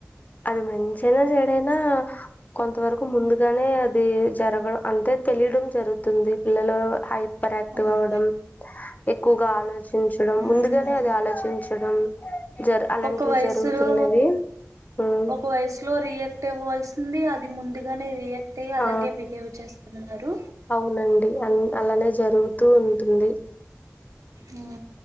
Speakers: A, on the left (about 30°); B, on the right (about 80°).
A: అది మంచిఅయినా చెడైనా కొంతవరకు ముందుగానే అది జరగడం అంతే తెలియడం జరుగుతుంది పిల్లల హై పర్ క్టివ్
B: అవును
A: అవ్వడం ఎక్కువగా ఆలోచించడం
B: ఉమ్
A: ముందుగానే అది ఆలోచించడం జ అలాంటివి
B: ఒక వయసులో
A: జరుగుతున్నవి <unintelligible>
B: ఒక వయసులో రియాక్ట్ అవ్వాల్సింది ముందుగానే రియాక్ట్ అయి అలాగే
A: ఆ
B: బిహేవ్ చేస్తున్నారు
A: అవునండి అన్ అలానే జరుగుతూ ఉంటుంది
B: ఆ